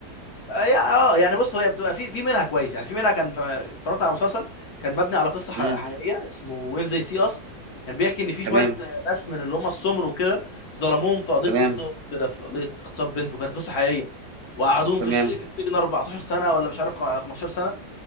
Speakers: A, on the left (about 70°); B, on the right (about 70°).
A: آه، يا- اه يعني بص هي بتبقى في في منها كويس يعني في منها كان ف- اتفرجت على مسلسل كان مبني على قصه ح-
B: امم
A: حقيقيه اسمه وين زي سي اس كان بيحكي ان في
B: تمام
A: شويه آه، ناس من اللي هم السمر وكده ظلموهم في قضيه
B: تمام
A: اغتصاب كده في قضيه اغتصاب بنت وكانت قصه حقيقيه وقعدوهم
B: تمام
A: في الش- في السجن 14 سنه ولا مش عارف خم- 15 سنه